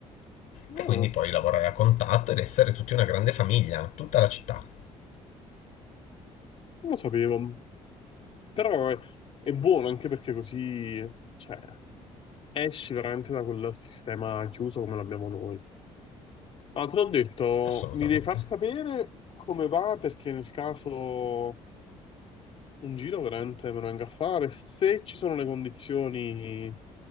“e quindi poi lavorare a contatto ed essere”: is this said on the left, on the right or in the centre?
Left